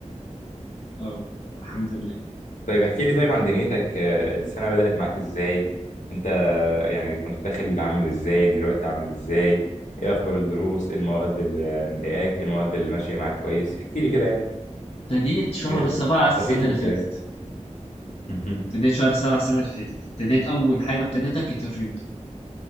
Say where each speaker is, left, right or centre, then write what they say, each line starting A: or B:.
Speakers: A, on the left; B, on the left.
A: اه الحمد لله
B: طيب احكي لي طيب عن دنيتك آه، السنة بدأت معاك ازاي انت يعني كنت داخل عامل ازاي دلوقتي عامل ازاي ايه اخبار الدروس إيه المواد اللي مضايقاك إيه المواد اللي ماشية معاك كويس احكي لي كده يعني
A: ابتديت شهر
B: يعني
A: 7
B: استفيد
A: السنة
B: في
A: اللي
B: الكلام
A: فاتت،
B: مهم.
A: ابتديت شهر 7 السنة اللي فاتت، ابتديت أول حاجة ابتديتها كانت الرياضة،